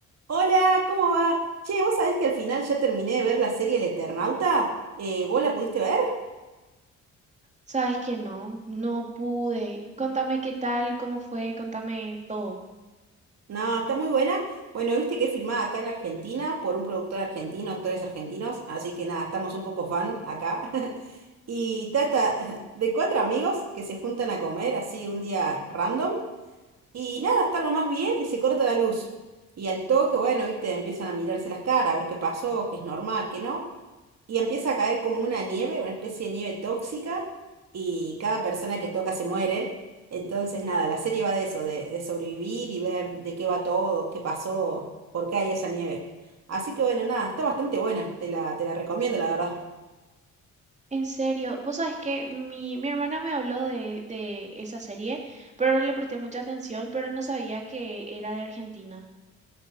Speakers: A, on the right; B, on the right.
A: Hola, ¿cómo va? Che, ¿vos sabés que al final ya terminé de ver la serie El Eternauta? Eh, ¿vos la pudiste ver?
B: Sabes que no, no pude. Contame qué tal, cómo fue, contame todo.
A: No, está muy buena. Bueno, viste que es filmada acá en Argentina por un productor argentino, actores argentinos, así que nada, estamos un poco fan acá. <laughs> Y trata <laughs> de cuatro amigos que se juntan a comer así un día random y
B: Ujú.
A: nada, está lo más bien y se corta la luz. Y al toque, bueno, viste, empiezan a mirarse las caras, a ver qué pasó, qué es normal, qué no. y empieza a caer como una nieve, una especie de nieve tóxica, y cada persona que toca se muere. Entonces, nada, la serie va de eso, de, de sobrevivir y ver de qué va todo, qué pasó, por qué hay esa nieve. Así que bueno, nada, está bastante buena, te la, te la recomiendo, la verdad.
B: En serio, vos sabes que mi, mi hermana me habló de, de esa serie, pero no le presté mucha atención, pero no sabía que era de Argentina.